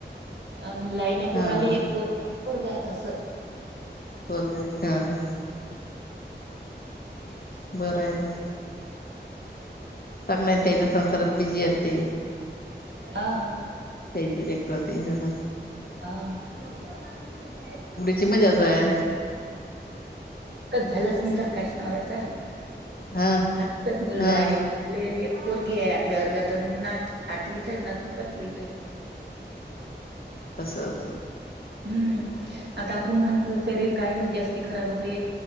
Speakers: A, on the right; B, on the left.
A: अन् लिहिने
B: हा
A: पोराले
B: हा
A: एक ऐक पोरग अस-
B: हो काय हा हा...
A: <unintelligible>
B: बरये ना चांगलं आहे त्याच्या संसारात बिझी ये ते.
A: हा
B: त्यांची लेकरं ते ह ह...
A: हा...
B: बाकी मजात हाय
A: झालं सुंदर काश नावता
B: हा
A: हच मुलगा
B: हा
A: आहे पोरगी आहे आठव्या वर्गात अन् नात आठवीच आहे नातू पाचवीत आहे
B: असं...
A: हम्म आता आपण म्हणतो शरीर काही नाही जास्ती खराब होते